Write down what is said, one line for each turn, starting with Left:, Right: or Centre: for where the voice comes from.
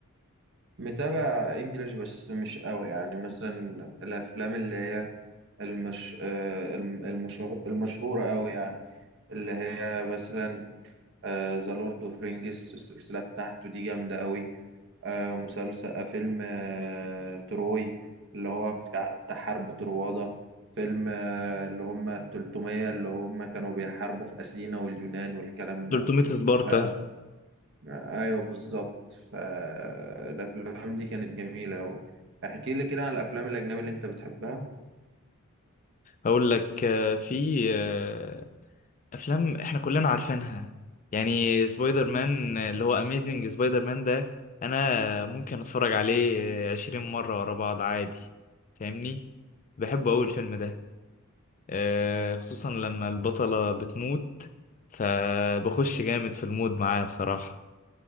Right: متابع إنجليش بس مش قوي يعني مثلا الأفلام اللي هي المش... آه، الم- المشهور... المشهورة قوي يعني اللي هي مثلا ذا لورد أوف رينجز السلسلة بتاعته دي جامدة قوي آه، مسلسل آه، فيلم آه، تروي اللي هو بتاع بتاع حرب طروادة فيلم آه، اللي هم التلتمية اللي هم كانوا بيحاربوا في أثينا واليونان والكلام ده
Left: 300 سبارتا
Right: ف- أيوه بالظبط فالأفلام دي كانت جميلة أوي احكي لي كده عن الأفلام الأجنبية اللي أنت بتحبها
Left: هقول لك آه، في آه، افلام احنا كلنا عارفينها يعني سبايدر مان آه، اللي هو اميزنج سبايدر مان ده انا ممكن اتفرج عليه عشرين مرة ورا بعض عادي فاهمني بحبه اوي الفيلم ده آه، خصوصا لما البطلة بتموت فبخش جامد في المود معاه بصراحة